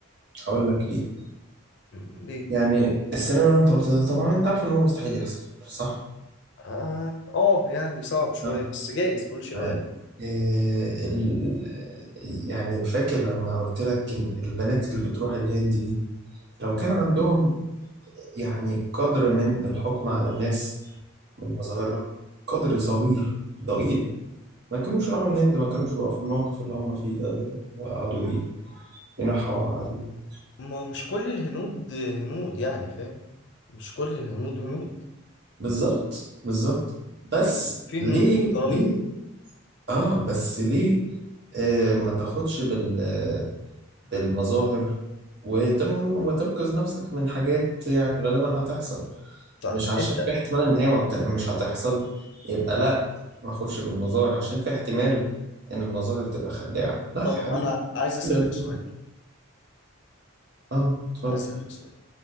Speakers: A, on the right; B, on the left.
A: هقول لك ليه
B: م، ليه؟
A: يعني السيناريو اللي انت قلته ده طبعا انت عارف ان هو مستحيل يحصل صح
B: اه آه، يعني صعب شوية
A: اه
B: بس جايز كل شيء
A: آه.
B: وارد
A: إيه ال... يعني فاكر لما قلت لك إن البنات اللي بتروح الهند دي لو كان عندهم يعني قدر من الحكم على الناس من مظاهرها قدر صغير ضئيل ما كانوش راحوا الهند ما كانوش بقوا في الموقف اللي هم فيه ده وقعدوا ي- ينحوا عليه
B: ما مش كل الهنود هنود يعني فاهم مش كل الهنود هنود
A: بالظبط بالظبط بس
B: في في
A: ليه
B: هنود محترمين
A: ليه اه بس ليه آه ما تاخدش بال بالمظاهر وتن... وتنقذ نفسك من حاجات يعني غالبا هتحصل
B: طيب
A: مش عشان
B: انت
A: في احتمال ان هي ما بت... مش هتحصل يبقى لا ما اخدش بالمظاهر عشان في احتمال ان المظاهر تبقى خداعة لا
B: طب
A: يا حبيبي
B: انا عايز اسألك
A: بالمظاهر.
B: سؤال
A: اه اتفضل
B: عايز اسألك سؤال